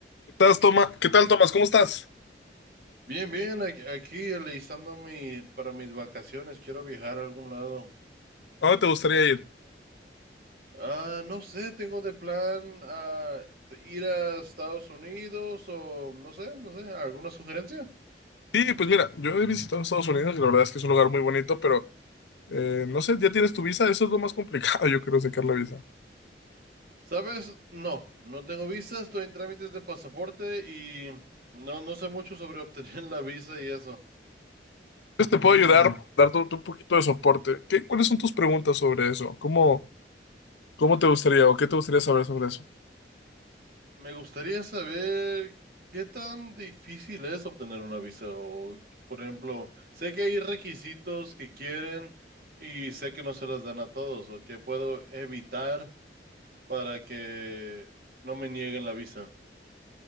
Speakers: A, on the left; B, on the right.
A: estás, Toma? ¿Qué tal, Tomás? ¿Cómo estás?
B: Bien, bien, a- aquí alistando mi, para mis vacaciones, quiero viajar a algún lado.
A: ¿A dónde te gustaría ir?
B: Ah, no sé, tengo de plan ah, ir a Estados Unidos o no sé, no sé, ¿alguna sugerencia?
A: Sí, pues mira, yo he visitado Estados Unidos y la verdad es que es un lugar muy bonito, pero eh, no sé, ¿ya tienes tu visa? Eso es lo más complicado, <laughs> yo creo, sacar la visa.
B: ¿Sabes? No, no tengo visa, estoy en trámites de pasaporte y no, no sé mucho sobre obtener <laughs> la visa y eso.
A: Entonces te puedo ayudar, darte un un poquito de soporte. ¿Qué, cuáles son tus preguntas sobre eso? ¿Cómo, cómo te gustaría o qué te gustaría saber sobre eso?
B: Me gustaría saber qué tan difícil es obtener una visa o, por ejemplo, sé que hay requisitos que quieren y sé que no se las dan a todos o que puedo evitar para que no me nieguen la visa.